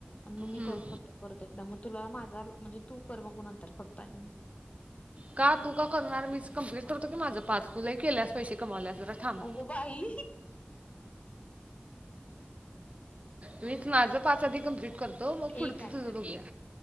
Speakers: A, on the left; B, on the right.
A: आण मग मी
B: हम्म.
A: कॉल करतो परत एकदा, मग तुला माझा म्हणजे तू कर मगू नंतर करतो आणि.
B: का तू का करणार मीच कंप्लीट करतो की माझं पाच, तु लैय केल्यास पैसे कमावल्यास जरा थांब.
A: अगो बाई
B: मीच माझ पा च आधी कंप्लीट करतो मग
A: ठीक
B: पुढचं
A: आहे
B: तुझं बघूया